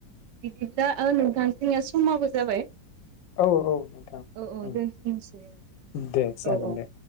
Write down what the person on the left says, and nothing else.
औ औ नोंथां
उम,
दे जागोन
दे